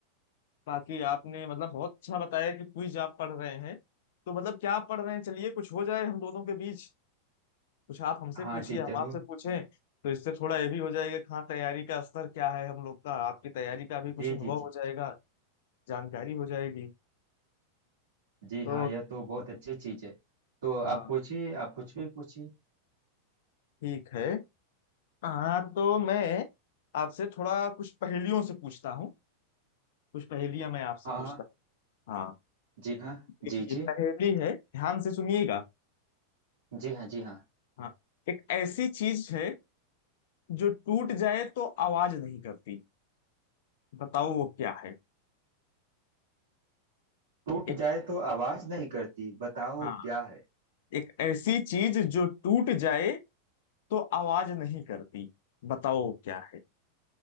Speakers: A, on the left; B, on the right.
A: बाकी आपने मतलब बहुत अच्छा बताया कि क्विज आप पढ़ रहे हैं तो मतलब क्या आप पढ़ रहे हैं चलिए कुछ हो जाए हम दोनों के बीच कुछ आप हमसे
B: हाँ
A: पूछिए
B: जी
A: हम
B: जरूर
A: आपसे पूछें तो इससे थोड़ा ये भी हो जाएगा कि हाँ तैयारी का स्तर क्या है हम लोग का आपकी तैयारी का भी कुछ
B: जी
A: अनुभव
B: जी जी
A: हो जाएगा जानकारी हो जाएगी
B: जी
A: तो
B: हाँ यह तो बहुत अच्छी चीज है तो
A: हाँ
B: आप पूछिए आप कुछ भी पूछिए
A: ठीक है हाँ तो मैं आपसे थोड़ा कुछ पहेलियों से पूछता हूँ कुछ पहेलियां मैं आपसे
B: हाँ
A: पूछता
B: हाँ
A: हूँ हाँ
B: जी हाँ
A: देखिए
B: जी जी
A: पहेली है ध्यान से सुनिएगा
B: जी हाँ जी हाँ
A: हाँ एक ऐसी चीज है जो टूट जाए तो आवाज नहीं करती बताओ वो क्या है
B: टूट
A: एक
B: जाए तो आवाज नहीं करती बताओ
A: हाँ
B: क्या है
A: एक ऐसी चीज जो टूट जाए तो आवाज नहीं करती बताओ वो क्या है